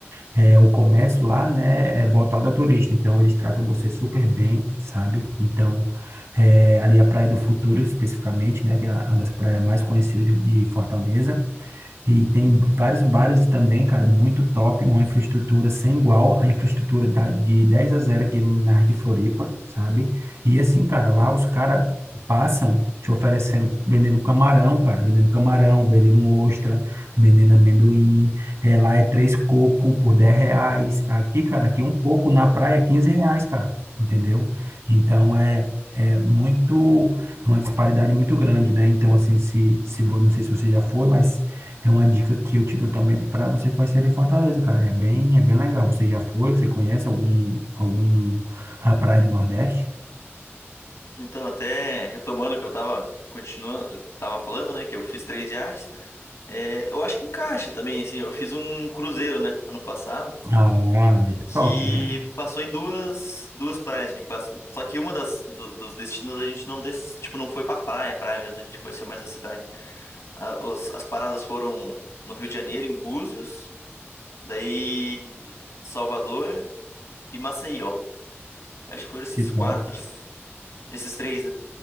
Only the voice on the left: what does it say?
Então, até retomando o que eu tava continuando, tava falando, né, que eu fiz três viagens, é, eu acho que encaixa também, assim, eu fiz um cruzeiro, né, ano passado,
que
passou em duas, duas praias, a gente passou, só que uma das, do- dos destinos a gente não, des, tipo, não foi pra praia, praia mesmo, a gente conheceu mais a cidade. A- os- as paradas foram no Rio de Janeiro, em Búzios, daí Salvador e Maceió. Eu acho que foram esses
quatro, esses três, né?